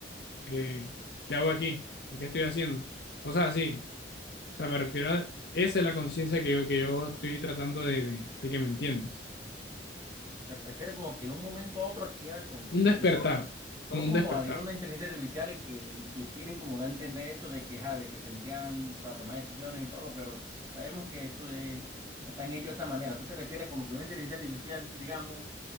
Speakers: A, on the left (about 60°); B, on the right (about 20°).
A: eh, ¿qué hago aquí? ¿Qué estoy haciendo? O sea, sí, o sea, me refiero a, esa es la conciencia que yo, que yo estoy tratando de, de- de que me entiendas.
B: ¿Te refieres como que de un momento a otro adquiera conciencia?
A: Un despertar, como
B: No
A: un
B: como
A: despertar.
B: alguna inteligencia artificial que, que quieren como dar a entender eso de que, ajá, de que tendrían para tomar decisiones y todo, pero s- sabemos que eso es, están hechos de esa manera. ¿Tú te refieres como que una inteligencia artificial, digamos,